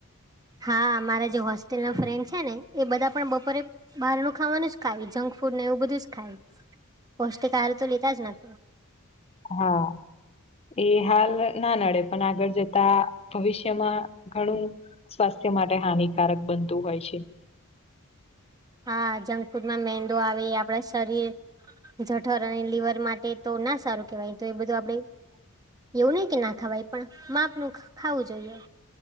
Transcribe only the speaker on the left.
<inaudible>
હો. એ હાલ ના નડે પણ આગળ જતા ભવિષ્યમાં ઘણું સ્વાસ્થ્ય માટે હાનિકારક બનતું હોય છે.